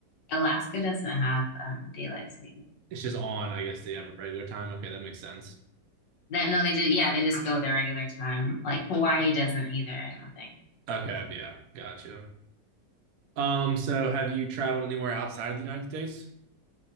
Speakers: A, on the left (about 75°); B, on the right (about 65°).
A: Alaska doesn't have um, daylight saving.
B: It's just on, I guess, the regular time. Okay, that makes sense.
A: That no, they did. Yeah, they just go their regular time. Like Hawaii doesn't either. I don't think.
B: Okay, yeah, gotcha. Um, so have you traveled anywhere outside of the United States?